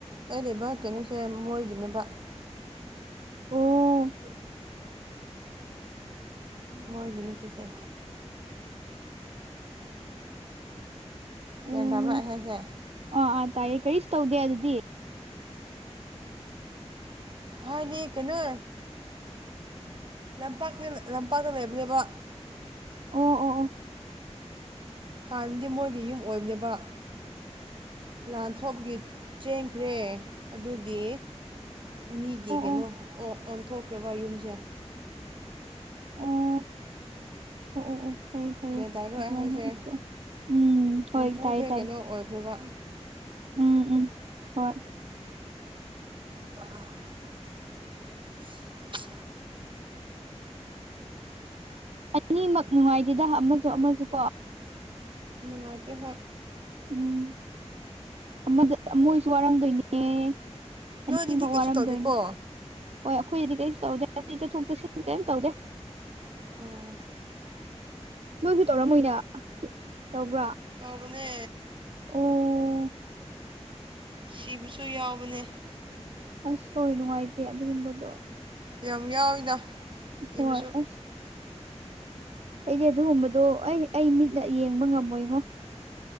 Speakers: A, on the right; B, on the right.
A: ꯑ ꯂꯩꯕ ꯀꯩꯅꯣꯁꯦ ꯃꯣꯏꯒꯤꯅꯦꯕ
B: ꯑꯣ꯫
A: ꯃꯣꯏ ꯅꯤꯁꯤꯁꯦ
B: ꯑꯣ
A: ꯒ꯭ꯟ ꯇꯥꯕ ꯑꯩ ꯍꯥꯏꯁꯦ
B: ꯑꯥ ꯑꯥ ꯇꯥꯏꯌꯦ ꯀꯔꯤꯁꯨ ꯇꯧꯗꯦ ꯑꯗꯨꯗꯤ꯫
A: ꯍꯥꯏꯗꯤ ꯀꯩꯅꯣ ꯂꯝꯄꯥꯛꯅꯤ ꯂꯝꯄꯥꯛꯇ ꯂꯩꯔꯕꯅꯦꯕ
B: ꯑꯣ ꯑꯣ ꯑꯣ ꯑꯣ ꯑꯣ ꯑꯣ ꯑꯣ
A: ꯍꯥꯟꯅꯗꯤ ꯃꯣꯏꯒꯤ ꯌꯨꯝ ꯑꯣꯏꯕꯅꯦꯕ ꯂꯥꯟ ꯊꯣꯛꯄꯒꯤ ꯆꯦꯟꯈ꯭ꯔꯦ ꯑꯗꯨꯒꯤ ꯃꯤꯒꯤ ꯀꯩꯅꯣ
B: ꯑꯣ
A: ꯑꯣꯟ ꯑꯣꯟꯊꯣꯛꯈ꯭ꯔꯦꯕ ꯌꯨꯝꯁꯦ꯫
B: ꯑꯣ ꯑꯣ ꯑꯣ ꯐꯩꯌꯦ ꯐꯩꯌꯦ
A: ꯒꯌꯥꯟ ꯇꯥꯔꯕ꯭ꯔꯥ
B: ꯑꯗꯨꯃꯥꯏꯅ
A: ꯑꯩꯅ ꯍꯥꯏꯁꯦ
B: ꯎꯠꯊꯣꯛꯑꯣ ꯎꯝ ꯍꯣꯏ
A: ꯃꯄꯨꯁꯦ
B: ꯇꯥꯏꯌꯦ ꯇꯥꯏꯌꯦ
A: ꯀꯩꯅꯣ ꯑꯣꯏꯈ꯭ꯔꯕ
B: ꯎꯝ ꯎꯝ ꯍꯣꯏ
A: <unintelligible>
B: ꯑꯅꯤꯃꯛ ꯅꯨꯡꯉꯥꯏꯇꯦꯗ ꯑꯃꯁꯨ ꯑꯃꯁꯨ ꯀꯣ
A: ꯅꯨꯡꯉꯥꯏꯗꯤ ꯍꯣꯏ
B: ꯎꯝ ꯑꯃꯗ ꯑꯃ ꯑꯣꯏꯁꯨ ꯋꯥꯔꯝꯗꯣꯏꯅꯦ
A: ꯅꯣꯏꯗꯨꯗꯤ
B: ꯑꯅꯤꯃꯛ
A: ꯀꯩꯁꯨ
B: ꯋꯥꯔꯝꯗꯣꯏꯅꯦ
A: ꯇꯧꯗꯦꯀꯣ
B: ꯍꯣꯏ ꯑꯩꯈꯣꯏꯗꯗꯤ ꯀꯩꯁꯨ ꯇꯧꯗꯦ ꯑꯩꯈ ꯆꯠꯊꯣꯛ ꯆꯠꯁꯤꯟ ꯀꯔꯤꯝ ꯇꯧꯗꯦ
A: ꯑꯣꯥ
B: ꯅꯣꯏꯁꯨ ꯇꯧꯔꯝꯃꯣꯏꯅ ꯇꯧꯕ꯭ꯔꯥ꯫
A: ꯑꯧ ꯃꯅꯦ
B: ꯑꯣ
A: ꯁꯤꯕꯁꯨ ꯌꯥꯎꯕꯅꯦ
B: ꯑꯁ ꯍꯣꯏ ꯅꯨꯡꯉꯥꯏꯇꯦ ꯑꯗꯨꯒꯨꯝꯕꯗꯣ
A: ꯌꯥꯝ ꯌꯥꯎꯋꯤꯗ ꯁꯤꯕꯁꯨ
B: ꯍꯣꯏ ꯑꯁ ꯑꯩꯗꯤ ꯑꯗꯨꯒꯨꯝꯕꯗꯣ ꯑꯩ ꯑꯩ ꯃꯤꯠꯅ ꯌꯦꯡꯕ ꯉꯝꯃꯣꯏꯉꯣ